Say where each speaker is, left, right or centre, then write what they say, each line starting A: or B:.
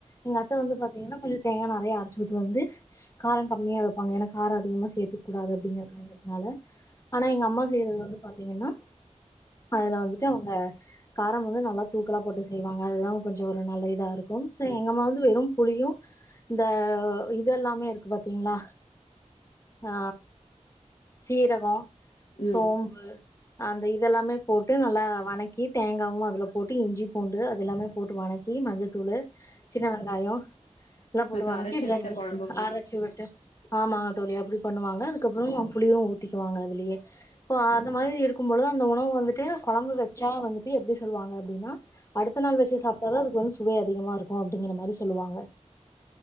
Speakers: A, on the left; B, on the left.
A: எங்க அத்த வந்து பாத்தீங்கன்னா கொஞ்ச தேங்கா நெறைய அரைச்சுத்து வந்து கார கம்மியா வைப்பாங்க ஏன்னா கார அதிகமா சே சேத்துக்கு கூடாது னால ஆனா எங்க அம்மா செய்றது வந்து பாத்தீங்கன்னா அதுல வந்துட்டு அவங்க காரம் வந்து நல்லா தூக்கலா போட்டு செய்வாங்க அதுதா கொஞ்ச ஒரு நல்ல இதா இருக்கு எங்க அம்மா வந்து வெறு புளியு இந்த இது எல்லாமே இரு அப்ப பாத்தீங்களா ஆ சீரக
B: ம்.
A: சோம்பு அந்த இதெல்லாமே போட்டு நல்லா வணக் கி தேங்காவு அதுல போட்டு இஞ்சி பூண்டு அது எல்லாமே போட்டு வணக்கி மஞ்ச தூளு சின்ன வெங்காய எல்லா போட்டுக்கி
B: அது அரைச்சு விட்ட குழம்பு மாரி.
A: அரசு விட்டு ஆமாங்க தோழி அப்படி பண்ணுவாங்க அதுக் புளியு ஊத்திகுவாங்க இதுலயே இப்போ அந்த மாரி இரு இருக்கும்பொழுது அந்த உணவு வந்து டு கொழம்பு வச்சா வந்து எப்டி சொல்லாங்க அப்டின்னா அடுத்த நாள் வச்சு சாப்ட்டாதா அதுக்கு வந்து சுவை அதிகமா இருக்கு அப்டிங்கற மாரி சொல்லுவாங்க